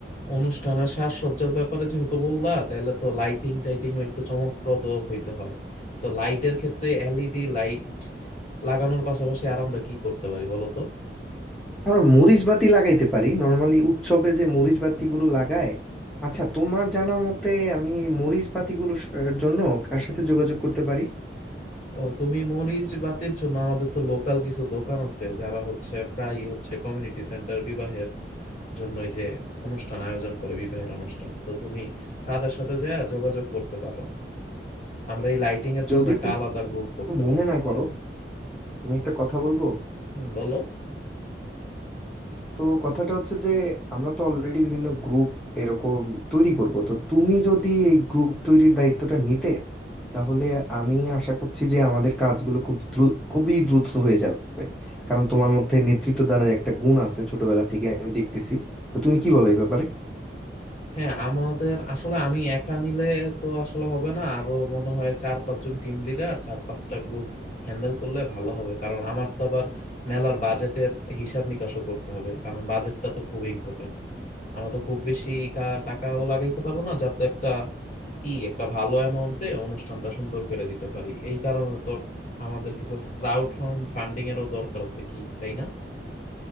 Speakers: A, on the left; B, in the centre.
A: অনুষ্ঠান আর সাজসজ্জার ব্যাপারে যেহেতু বললা তাহলে তো লাইটিং টাইটিংও একটু চমকপ্রদ হইতে হয় তো লাইটের ক্ষেত্রে এলইডি লাইট লাগানোর পাশাপাশি আর আমরা কি করতে পারি বলো তো
B: আমরা মরিচ বাতি লাগাইতে পারি নর্মালি উৎসবে যে মরিচ বাতিগুলো লাগায় আচ্ছা তোমার জানা মতে আমি এই মরিচ বাতিগুলোর স- এর জন্য কার সাথে যোগাযোগ করতে পারি
A: ও তুমি মরিচ বাতির জন্য আমাদের তো লোকাল কিছু দোকান আছে যারা হচ্ছে প্রায়ই হচ্ছে কমিউনিটি সেন্টার বিবাহের জন্য এই যে অনুষ্ঠান আয়োজন করে বিবাহের অনুষ্ঠান তো তুমি তাদের সাথে যা যোগাযোগ করতে পারো আমরা এই লাইটিং এর
B: যদি
A: জন্য একটা
B: তুমি
A: আলাদা গ্রুপ করতে
B: মনে
A: পারি
B: না
A: কি
B: করো
A: বলো
B: আমি একটা কথা বলবো
A: হুম বলো
B: তো কথাটা হচ্ছে যে আমরা তো অলরেডি বিভিন্ন গ্রুপ এরকম তৈরি করব তো তুমি যদি এই গ্রুপ তৈরির দায়িত্বটা নিতে তাহলে আমি আশা করছি যে আমাদের কাজগুলো খুব দ্রুত খুবই দ্রুত হয়ে যাবে কারণ তোমার মধ্যে নেতৃত্ব দানের একটা গুণ আছে ছোটবেলা থেকে আমি দেখতেছি তো তুমি কি বলো এই ব্যাপারে
A: হ্যাঁ আমাদের আসলে আমি একা নিলে তো আসলে হবে না আরো মনে হয় চার পাঁচজন টিম লিডার চার পাঁচটা গ্রুপ হ্যান্ডেল করলে ভালো হবে কারণ আমার তো আবার মেলার বাজেটের হিসাব নিকাশও করতে হবে কারণ বাজেটটা তো খুব ইম্পর্টেন্ট আমরা তো খুব বেশি কা- টাকাও লাগাইতে পারবো না যাতে একটা ই একটা ভালো অ্যামাউন্টে অনুষ্ঠানটা সুন্দর করে দিতে পারি এই কারণে তো আমাদের কিছু ক্রাউড ফান্ডিং এরও দরকার আছে কি তাই না